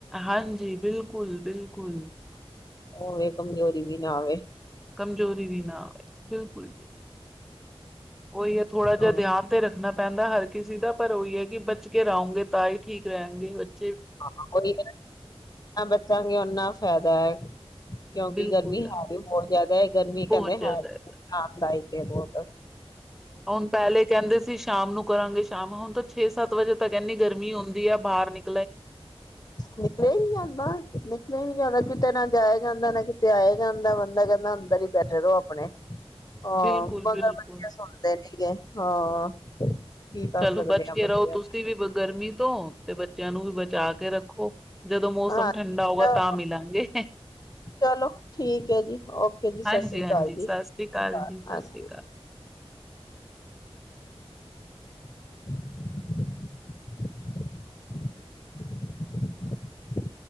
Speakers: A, in the centre; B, on the left (about 40°).
A: ਹਾਂਜੀ ਬਿਲਕੁਲ, ਬਿਲਕੁਲ।
B: ਹੋਵੇ ਕਮਜ਼ੋਰੀ ਵੀ ਨਾ ਆਵੇ
A: ਕਮਜ਼ੋਰੀ ਵੀ ਨਾ ਆਵੇ ਬਿਲਕੁਲ ਜੀ। ਔਈ ਐ ਥੋੜਾ
B: ਹਾਂ
A: ਜਿਆ ਧਿਆਨ ਤੇ ਰੱਖਣਾ ਪੈਂਦੈ ਹਰ ਕਿਸੇ ਦਾ ਪਰ ਔਈ ਐ ਕਿ ਬਚ ਕੇ ਰਉਂਗੇ ਤਾਂ ਈ ਠੀਕ ਰਹਿਣਗੇ ਬੱਚ
B: <inaudible> ਚਾਂਗੇ ਓਨਾ ਫੈਦਾ ਕਿਉਂਕਿ
A: ਬਿਲਕੁਲ
B: ਗਰਮੀ ਹੈ ਵੀ ਬਹੁਤ ਜਿਆਦਾ ਐ ਗਰਮੀ
A: ਬਹੁਤ
B: ਕਹਿੰਦੇ
A: ਜ਼ਿਆਦਾ
B: ਹੈ <inaudible> ਕਿ
A: ਹੈਗਾ
B: ਹੋਗਾ
A: ਹੁਣ ਪਹਿਲੇ ਕਹਿੰਦੇ ਸੀ ਸ਼ਾਮ ਨੂੰ ਕਰਾਂਗੇ, ਸ਼ਾਮ ਹੁਣ ਤਾਂ ਛੇ ਸੱਤ ਵਜੇ ਤੱਕ ਇੰਨੀਂ ਗਰਮੀ ਹੁੰਦੀ ਇਹ ਹੈ ਬਾਹਰ ਨਿਕ
B: ਨਿਕਲਿਆ ਹੀ ਨਹੀਂ ਜਾਂਦਾ, ਨਿਕਲਿਆ ਹੀ ਨਹੀਂ ਜਾਦਾ ਕਿਤੇ ਨਾ ਜਾਇਆ ਜਾਂਦਾ, ਨਾ ਕਿਤੇ ਆਇਆ ਜਾਂਦਾ ਬੰਦਾ ਕਹਿੰਦਾ ਅੰਦਰ ਹੀ ਬੈਠੇ ਰਹੋ ਆਪਣੇ ਹਾਂ,
A: ਬਿਲਕੁਲ
B: ਮਗਰ
A: ਬਿਲਕੁਲ
B: ਬੱਚੇ ਸੁਣਦੇ ਨੀ ਗੇ ਹਾਂ ਕੀ ਕਰ
A: ਚਲੋ
B: ਸਕਦੇ
A: ਬਚ
B: ਆ
A: ਕੇ
B: ਬੱਚਿਆਂ
A: ਰਹੋ ਤੁਸੀਂ ਵੀ ਗਰਮੀ ਤੋਂ ਤੇ ਬੱਚ ਬੱਚਿਆਂ ਨੂੰ ਵੀ ਬਚਾ ਕੇ ਰੱਖੋ ਜਦੋਂ ਮੌਸਮ
B: ਨੂੰ, ਹਾਂ
A: ਠੰਡਾ ਹੋਊਗਾ
B: ਚਲੋ
A: ਤਾਂ ਮਿਲਾਂਗੇ,
B: ਚਲੋ ਠੀਕ ਹੈ ਜੀ ਓਕੇ ਜੀ ਸਤਿ
A: ਹਾਂਜੀ
B: ਸ੍ਰੀ ਅਕਾਲ
A: ਹਾਂਜੀ
B: ਜੀ
A: ਸਤਿ ਸ੍ਰੀ ਅਕਾਲ
B: ਹਾਂਜੀ
A: ਜੀ, ਸਤਿ ਸ੍ਰੀ ਅਕਾਲ।
B: <unintelligible>